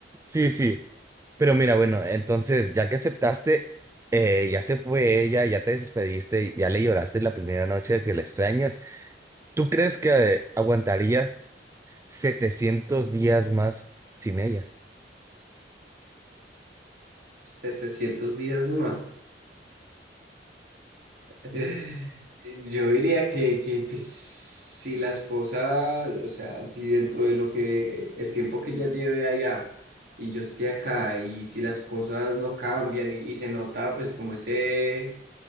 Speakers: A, on the right; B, on the right.
A: sí, sí, pero mira, bueno, entonces ya que aceptaste, eh, ya se fue ella, ya te despediste, ya le lloraste la primera noche de que la extrañas. ¿Tú crees que eh, aguantarías 700 días más sin ella?
B: setecientos días más. <laughs> Yo diría que, que pues, si las cosas, o sea, si dentro de lo que el tiempo que ya lleve allá y yo esté acá y si las cosas no cambian y, y se nota pues como ese,